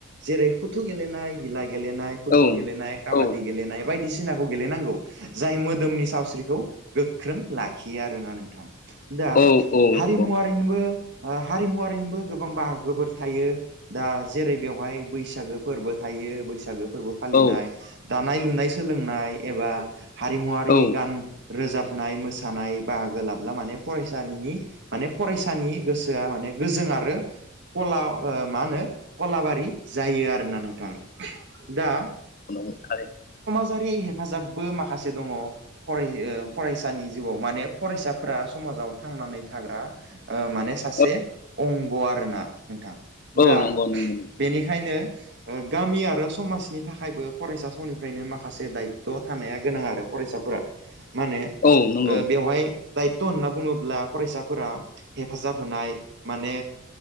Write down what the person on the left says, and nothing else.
औ
औ
औ औ
नंगौ
औ
औ
ख उथार <unintelligible>
औ
औ नंगौ नंगौ
औ नंगौ